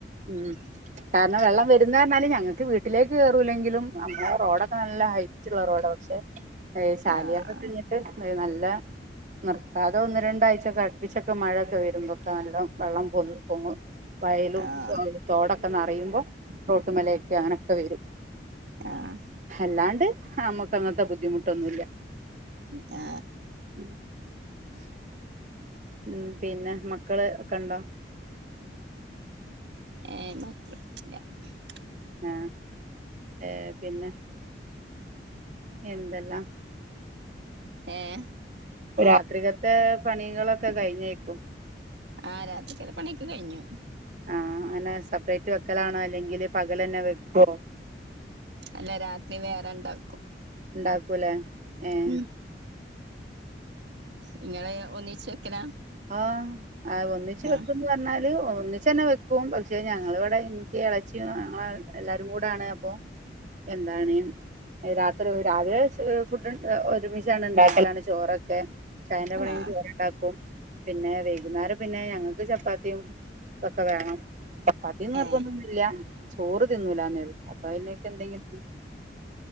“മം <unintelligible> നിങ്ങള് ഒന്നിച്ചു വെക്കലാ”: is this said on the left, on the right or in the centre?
Right